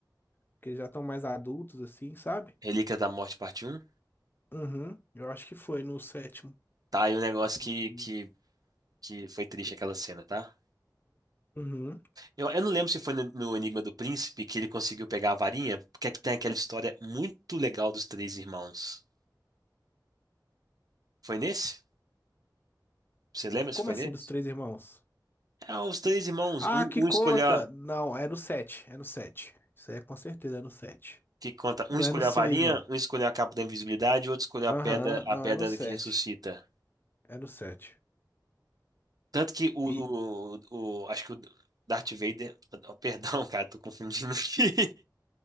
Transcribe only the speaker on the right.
Relíquia da Morte, parte Um
Tá, aí o negócio que,
que, que foi triste aquela cena, tá?
Eu, eu não lembro se foi no, no Enigma do Príncipe que ele conseguiu pegar a varinha, porque é que tem aquela história muito legal dos três irmãos. Foi nesse? Você lembra se
foi
nesse?
É, os três irmãos,
um,
um escolheu.
que conta?
Um escolher
a varinha,
um escolher a capa da invisibilidade, outro escolher a
pedra, a
pedra
que ressuscita.
Tanto que o,
o, o- acho que o Darth Vader, <laughs> oh, perdão, cara, tô confundindo aqui.